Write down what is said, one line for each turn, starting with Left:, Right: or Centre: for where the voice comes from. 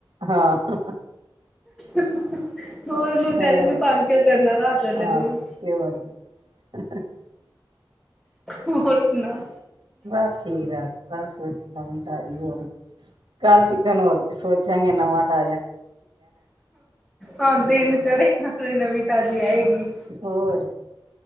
Right: ਹਾਂ
Centre: ਹੋਰ, ਓਨੂੰ ਵਚਾਰੀ
Right: ਹਾਂ
Centre: ਨੂੰ ਤੰਗ ਕਿਓ ਕਰਨਾ ਰਾਤ ਵੇਲੇ
Right: ਹਾਂ
Centre: ਤੁਈ।
Right: ਤੇ ਹੋਰ <inaudible>
Centre: ਹੋਰ ਸੁਨਾਓ?
Right: ਬਸ ਠੀਕ ਐ, ਬਸ <unintelligible> ਹੋਰ ਕੱਲ ਤੀਕਨ ਹੋਰ <unintelligible> ਸੋਚਾਂਗੇ ਨਵਾਂ-ਤਾਜਾ।
Centre: ਹਾਂ ਦਿਨ ਚੜੇਗਾ ਤੇ ਨਵੀਂ ਤਾਜ਼ੀ ਆਏਗੀ।
Right: ਹੋਰ